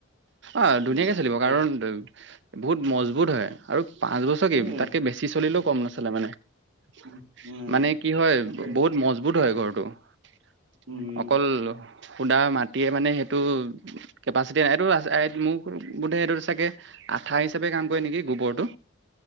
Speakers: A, on the right; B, on the right.
A: অঁ ধুনীয়াকে
B: উম
A: চলিব
B: সেইটো
A: কাৰণ <unintelligible> বহুত মজবুত হয় আৰু পাঁচ বছৰ কি
B: উম
A: তাতকে বেছি চলিলেও কম নচলে মানে। <unintelligible>
B: উম উম
A: মানে কি হয়
B: সেইটোৱে
A: বহুত মজবুত হয় ঘৰটো। <unintelligible>
B: উম
A: অকল সুদা মাটিয়ে মানে সেইটো কেপাচিটি নাই এইটো <unintelligible> মোক <unintelligible> বোধে সেইটো চাগে আঠা হিচাপে কাম কৰে নেকি গোবৰটো।